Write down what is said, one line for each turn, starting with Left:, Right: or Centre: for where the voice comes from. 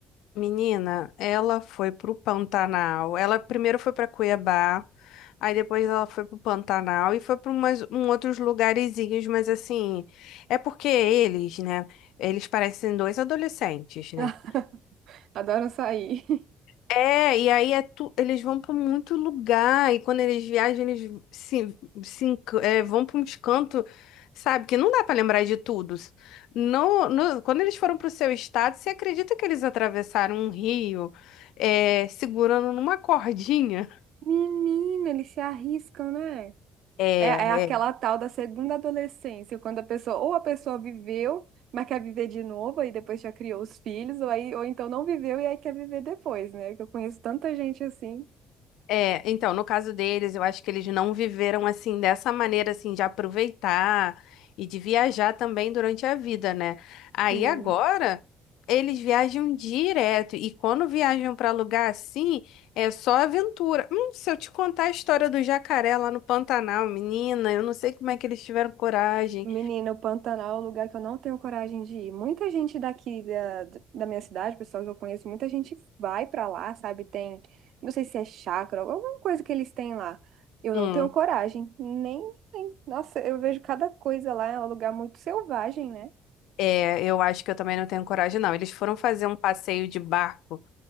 Left: Menina, ela foi pro Pantanal. Ela primeiro foi pra Cuiabá, aí depois ela foi pro Pantanal e foi para umas um outros lugarzinhos, mas assim, é porque eles, né, eles parecem dois adolescentes, né?
Right: <laughs> Adoram sair. <laughs>
Left: É, e aí é tu- eles vão para muito lugar, e quando eles viajam, eles se, se enc- é, vão para uns cantos, sabe? Que não dá para lembrar de tudo. No, no- quando eles foram para o seu estado, você acredita que eles atravessaram um rio, é, segurando numa cordinha?
Right: Menina, eles se arriscam, né?
Left: É,
Right: É, é aquela tal da segunda adolescência, quando a pessoa, ou a pessoa viveu, mas quer viver de novo, e depois já criou os filhos, ou, aí, ou então não viveu e aí quer viver depois, né? Que eu conheço tanta gente assim.
Left: É, então, no caso deles, eu acho que eles não viveram assim dessa maneira assim de aproveitar e de viajar também durante a vida, né? Aí
Right: Hum.
Left: agora eles viajam direto e quando viajam para lugar assim, é só aventura. Hum, se eu te contar a história do jacaré lá no Pantanal, menina, eu não sei como é que eles tiveram coragem.
Right: Menina, o Pantanal é um lugar que eu não tenho coragem de ir. Muita gente daqui da, da minha cidade, pessoal que eu conheço, muita gente vai pra lá, sabe? Tem, não sei se é chácara, alguma coisa que eles têm lá. Eu não
Left: Hum,
Right: tenho coragem, nem, nem. Nossa, eu vejo cada coisa lá, é um lugar muito selvagem, né?
Left: é, eu acho que eu também não tenho coragem, não. Eles foram fazer um passeio de barco,